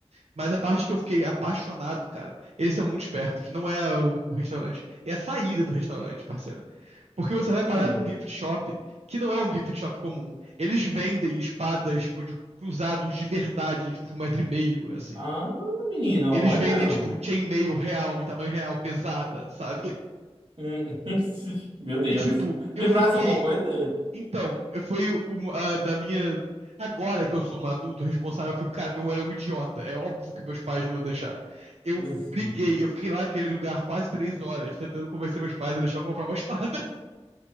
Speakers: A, on the right; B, on the right.
A: Mas a parte que eu fiquei apaixonado, cara, eles são muito espertos, não é o, o restaurante, é a saída do restaurante, parceiro. Porque você vai parar
B: Hum.
A: num gift shop, que não é um gift shop comum. Eles vendem espadas, tipo, de cruzados de verdade, tipo, de um metro e meio, assim.
B: Ah, menino,
A: Eles
B: olha.
A: vendem, tipo, chainmail real, de tamanho real, pesada, sabe?
B: Hum. <laughs> Meu Deus.
A: E, tipo, eu
B: Lembrasse
A: fiquei
B: alguma coisa?
A: Então, foi uma da minha. Agora que eu sou um adulto responsável, eu fico, cara, eu era um idiota. É óbvio que meus pais não iam deixar. Eu
B: <laughs>
A: briguei, eu fiquei lá naquele lugar quase três horas, tentando convencer meus pais a deixar eu comprar uma espada. <laughs>